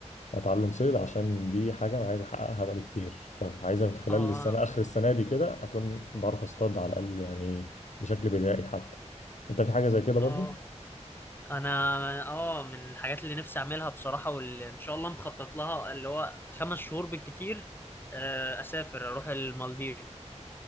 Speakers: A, on the left (about 80°); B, on the left (about 15°).
A: اتعلم صيد عشان دي حاجه انا عايز احققها بقالي كتير فعايز من خلال
B: اه
A: السنه اخر السنه دي كده اكون بعرف اصطاد على الاقل يعني بشكل بدائي حتى انت في حاجه زي كده برضو
B: اه انا اه من الحاجات اللي نفسي اعملها بصراحه واللي ان شاء الله مخطط لها اللي هو خمس شهور بالكتير آه، اسافر اروح المالديف